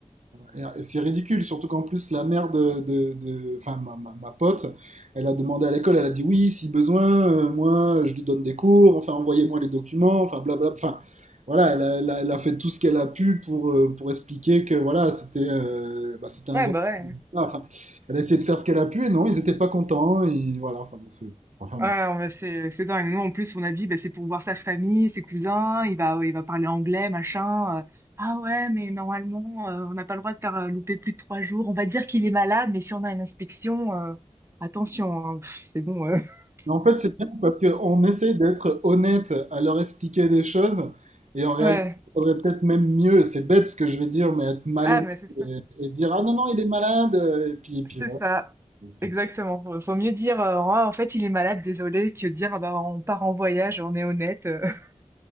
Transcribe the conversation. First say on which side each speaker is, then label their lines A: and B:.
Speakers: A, on the right (about 75°); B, on the right (about 20°).
A: Ouais. Et C'est ridicule, surtout qu'en plus la mère de, de- de- enfin ma, ma- ma pote, elle a demandé à l'école, elle a dit oui, si besoin, euh, moi je lui donne des cours, enfin envoyez-moi les documents, enfin blablabla, enfin voilà, elle a, elle a- elle a fait tout ce qu'elle a pu pour, euh, pour expliquer que voilà, c'était euh, bah, c'était un
B: Ouais,
A: voyage,
B: bah ouais.
A: Voilà, enfin elle a essayé de faire ce qu'elle a pu et non, ils n'étaient pas contents, et voilà, enfin bon, c'est, enfin bon.
B: Ouais, on va- c'est c'est dingue. Nous, en plus, on a dit, bah, c'est pour voir sa famille, ses cousins, il va, il va parler anglais, machin. euh. Ah ouais, mais normalement, euh, on n'a pas le droit de faire euh, louper plus de trois jours. On va dire qu'il est malade, mais si on a une inspection, euh, attention, hein, pff, c'est bon. euh. <laughs>
A: Mais en fait, c'est bien parce qu'on essaye d'être honnête à leur expliquer des choses et en réalité,
B: Ouais.
A: il faudrait peut-être même mieux. C'est bête ce que je vais dire, mais être malhonnête
B: Ah, mais c'est ça.
A: et, et dire Ah non, non, il est malade. Et puis, et puis
B: C'est
A: voilà,
B: ça.
A: c'est
B: Exactement. Faut faut mieux dire, euh, Ah, en fait, il est malade, désolé, que dire, ah, bah, on part en voyage, on est honnête. euh. <laughs>